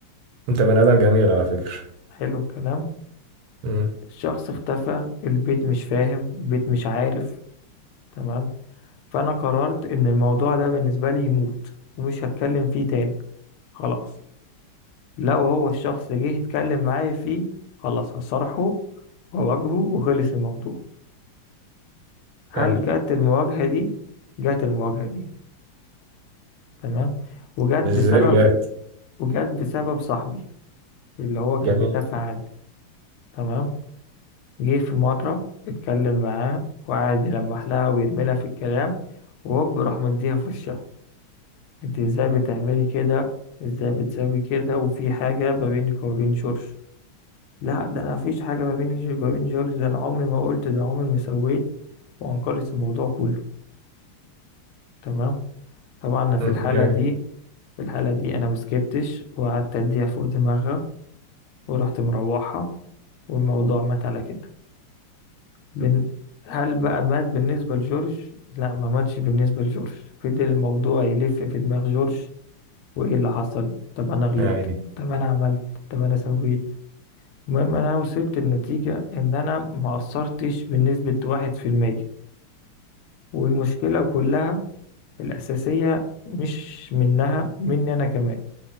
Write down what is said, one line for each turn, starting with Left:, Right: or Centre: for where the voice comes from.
Right: انت بني ادم جميل على فكره
Left: حلو الكلام
Right: مم،
Left: الشخص اختفى البيت مش فاهم البيت مش عارف تمام فانا قررت ان الموضوع ده بالنسبه لي يموت ومش هتكلم فيه تاني خلاص لو هو الشخص جه يتكلم معايا فيه خلاص هصارحه وأواجهه وخلص الموضوع هل
Right: فهمت
Left: جت المواجهة دي جت المواجهة دي تمام وجت
Right: ازاي
Left: بسبب
Right: جاد
Left: وجت بسبب صاحبي اللي هو كان
Right: جميل
Left: بيدافع عني تمام جه في مرة اتكلم معاه وقعد يلمح لها ويرمي لها في الكلام وهوب راح مديها في وشها انت ازاي بتعملي كده ازاي بتسوي كده وفي حاجة ما بينك وما بين جورج لا ده انا مفيش حاجه ما بيني وما بين جورج ده انا عمري ما قلت ده عمري ما سويت وانكرت الموضوع كله تمام طبعا أنا في
Right: مم،
Left: الحاله
Right: جميل
Left: دي في الحاله دي انا مسكتش وقعدت اديها فوق دماغها ورحت مروحها والموضوع مات على كده بن... هل بقى مات بالنسبه لجورج لا ما ماتش بالنسبه لجورج فضل الموضوع يلف في دماغ جورج وايه اللي حصل طب انا غلطت
Right: يا عيني
Left: طب انا عملت طب انا سويت المهم انا وصلت لنتيجة ان انا ما قصرتش بنسبة واحد في المية والمشكلة كلها الاساسية مش منها مني انا كمان